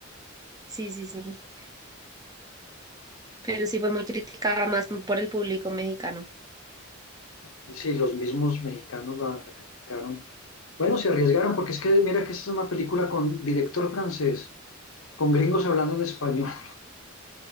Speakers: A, on the right (about 20°); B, on the left (about 80°).
A: sí, sí, sí. Pero sí fue muy criticada más por el público mexicano.
B: Y sí, los mismos mexicanos la, la criticaron. Bueno, se arriesgaron porque es que mira que esta es una película con director francés, con gringos hablando en español. <laughs>